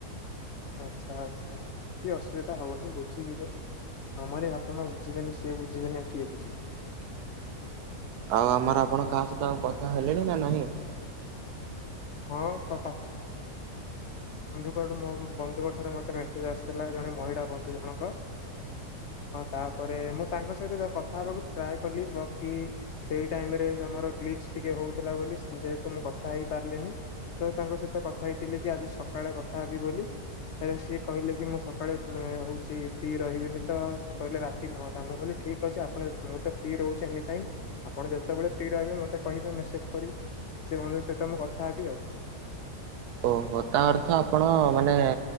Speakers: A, on the left; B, on the right.
A: ଆଚ୍ଛା ଆଚ୍ଛା ସିଏ ଅସୁବିଧା ହବନି ବୁଝିଯିବେ। ଆମରି ବାପା ମା ବୁଝିବେନି ସିଏ ବୁଝିବେନି ଆଉ କିଏ ବୁଝିବେ।
B: ଆଉ ଆମର ଆପଣ କାହା ସହିତ ଆଉ କଥା ହେଲେଣି ନା ନହିଁ।
A: ହଁ ତାପଟୁ ମୋ ବନ୍ଧୁଙ୍କ ଠାରୁ ମୋତେ ମେସେଜ୍ ଆସିଥିଲା ଜଣେ ମହିଳା ବନ୍ଧୁ ଜଣକଁ ତାପରେ ମୁଁ ତାଙ୍କ ସହିତ କଥା ହେବାକୁ ଟ୍ରାଏ କଲି କି ସେଇ ଟାଇମ୍ରରେ ଆମର ଗ୍ଲିଚ୍ ଟିକେ ହେଉଥିଲା ବୋଲି ଯେହେତୁ ମୁଁ କଥା ହେଇପାରିଲିନି। ତ ତାଙ୍କ ସହିତ କଥା ହେଇଥିଲି କି ଆଜି ସକାଳେ କଥା ହେବି ବୋଲି ହେଲେ ସିଏ କହିଲେ କି ମୁଁ ସକାଳେ ହଉଛି ଫ୍ରି ରହିବିନି ତ ସିଏ କହିଲେ ରାତି ନଅଟା ମୁଁ କହିଲି ଠିକ୍ ଅଛି ଆପଣ ମୁଁ ତ ଫ୍ରି ରହୁଛି ଏନି ଟାଇମ ଆପଣ ଯେତେବେଳେ ଫ୍ରି ରହିବେ ମତେ କହିବେ ମେସେଜ କରିକି। ସେ ବନ୍ଧୁଙ୍କ ସହିତ ମୁଁ କଥା ହେବି ଆଉ।
B: ଓହୋ ତା ଅର୍ଥ ଆପଣ ମାନେ